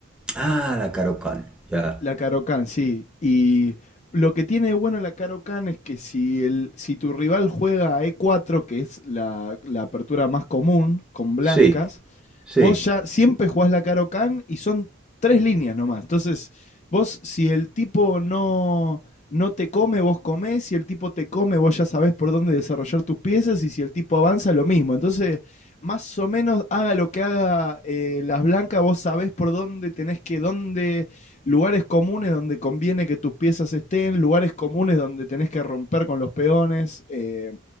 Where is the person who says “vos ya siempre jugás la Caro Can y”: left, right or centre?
Left